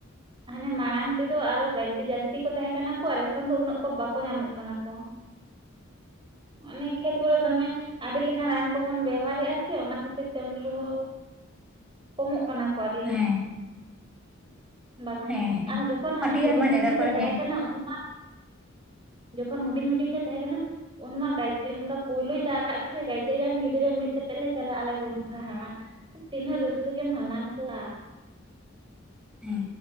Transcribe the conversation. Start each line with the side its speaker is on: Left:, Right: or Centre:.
Right: ᱦᱟᱱᱮ ᱢᱟᱲᱟᱝ ᱛᱮᱫᱚ ᱟᱨᱚ ᱜᱟᱡᱮ ᱡᱟᱹᱥᱛᱤ ᱠᱚ ᱛᱟᱦᱮᱸ ᱠᱟᱱᱟ ᱠᱚ ᱟᱨ ᱮᱠᱷᱚᱱ ᱫᱚ ᱩᱱᱟᱹᱜ ᱠᱚ ᱵᱟᱠᱚ ᱧᱟᱢᱚᱜ ᱠᱟᱱᱟ ᱠᱚ <inaudible> ᱚᱱᱮ ᱠᱷᱮᱛ ᱠᱚᱨᱮ ᱫᱚᱢᱮ ᱟᱹᱰᱤ ᱞᱮᱠᱟᱱ ᱨᱟᱱ ᱠᱚᱵᱚᱱ ᱵᱮᱣᱦᱟᱨᱮᱫᱼᱟ ᱥᱮ ᱚᱱᱟ ᱠᱷᱟᱹᱛᱤᱨ ᱛᱮ ᱩᱱᱠᱩ ᱦᱚᱸ ᱠᱚᱢᱚᱜ ᱠᱟᱱᱟ ᱠᱚ ᱟᱹᱰᱤᱜᱟᱱ᱾
Centre: ᱦᱮᱸ
Right: ᱵᱟᱠᱚ
Centre: ᱦᱮᱸ
Right: ᱧᱟᱢᱟ
Centre: ᱦᱮᱸ
Right: ᱟᱨ ᱡᱚᱠᱷᱚᱱ ᱦᱟᱱᱮ
Centre: ᱟᱹᱰᱤ
Right: ᱦᱩᱰᱤᱧ
Centre: ᱟᱭᱢᱟ ᱡᱟᱭᱜᱟ
Right: ᱦᱩᱰᱤᱧ
Centre: ᱠᱚᱨᱮ
Right: ᱞᱮ ᱛᱟᱦᱮᱸ
Centre: ᱧᱮᱞ
Right: ᱠᱟᱱᱟ ᱩᱱ ᱢᱟ ᱡᱚᱠᱷᱚᱱ ᱦᱩᱰᱤᱧ ᱦᱩᱰᱤᱧ ᱞᱮ ᱛᱟᱦᱮᱸ ᱠᱟᱱᱟ, ᱩᱱ ᱢᱟ ᱜᱟᱭᱛᱮ ᱚᱱᱠᱟ ᱯᱳᱭᱞᱳᱭ ᱫᱟᱜ ᱟᱠᱟᱟᱜ ᱥᱮ ᱜᱟᱟᱭᱛᱮ ᱜᱟᱱ ᱜᱤᱫᱽᱨᱟᱹ ᱢᱤᱫ ᱠᱟᱛᱮᱜ ᱞᱮ ᱪᱟᱞᱟᱜ ᱟᱞᱮ ᱜᱚᱝᱜᱷᱟ ᱦᱟᱞᱟᱝ ᱾ ᱛᱤᱱᱟᱹᱜ ᱨᱟᱹᱥᱠᱟᱹ ᱜᱮᱢ ᱦᱟᱞᱟᱝ ᱠᱚᱣᱟ᱾
Centre: ᱦᱮᱸ